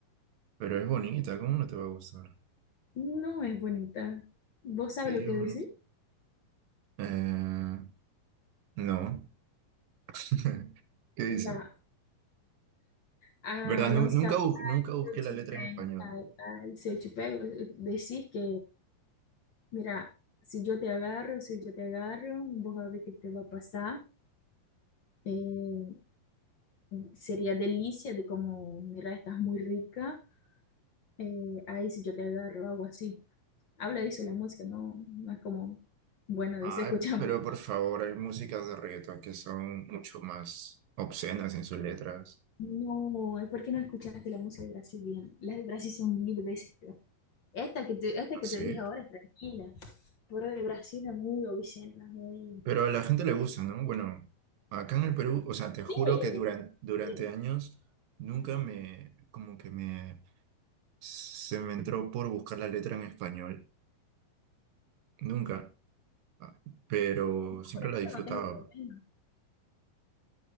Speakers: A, on the right; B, on the left.
A: pero es bonita, ¿cómo no te va a gustar?
B: No es bonita. ¿Vos sabes
A: Sí,
B: lo que
A: es bonita.
B: decir?
A: Eh, no. <laughs> ¿Qué dice?
B: Mira, a
A: ¿Verdad?
B: la
A: Nu-
B: música,
A: nunca, bus- nunca busqué
B: se eu te
A: la letra
B: pego,
A: en español.
B: tal, tal, se eu te pego, decís que, mira, si yo te agarro, si yo te agarro, vos a ver qué te va a pasar. Eh, sería delicia de como, mira, estás muy rica, eh, ahí si yo te agarro, algo así. Habla de eso la música, no, no es como, bueno, de
A: Ay,
B: escuchame
A: pero por
B: <laughs>
A: favor, hay músicas de reggaetón que son mucho más obscenas en sus letras.
B: No, es porque no escuchaste la música de Brasil bien? Las de Brasil son mil veces peor. Esta que te, esta
A: Así.
B: que te dije ahora es tranquila, pero de Brasil es muy obscena, muy...
A: Pero a la gente le gusta, ¿no? Bueno, acá en el Perú, o sea, te juro
B: Sí,
A: que durante, durante
B: sí,
A: años nunca me, como que me, se me entró por buscar la letra en español, nunca, Ah, pero siempre
B: por ejemplo,
A: la disfrutaba.
B: no tengo problema.